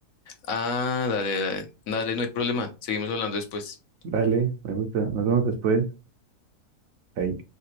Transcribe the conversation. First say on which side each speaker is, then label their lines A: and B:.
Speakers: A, on the left; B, on the right.
A: Ah, dale, dale, dale, no hay problema. Seguimos hablando después.
B: Vale, me gusta. Nos vemos después. Ahí.